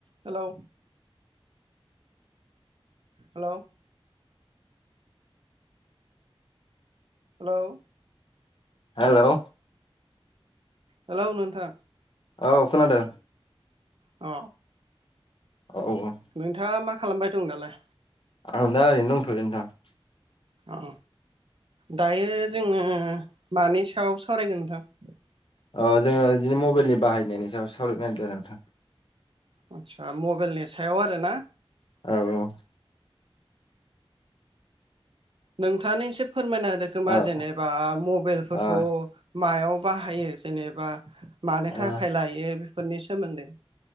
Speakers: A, on the right (about 60°); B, on the left (about 60°).
A: Hello hello hello
B: hello
A: hello नोंथां
B: औ खोनादों
A: अ
B: औ
A: नोंथाङा मा खालामबाय दं नालाय
B: आं दा ओरैनो दंथयो नोंथां
A: अ दायो जोंङो मानि सायाव सावरायगोन नोंथां
B: अ जोंङो बिदिनो मबाइलनि बाहायनायनि सायाव सावराय नागिरदों आरो नोंथां
A: आदसा मबाइेलनि सायाव आरो ना
B: औ-औ
A: नोंथांङानो एसे फोरमायना
B: नोंथां
A: खोमा जेनेबा मबाइलफोरखौ
B: औ ओ
A: मायाव बाहायो जेनेबा मानो थाखाय
B: ओ
A: लायो बेफोरनि सोमोन्दै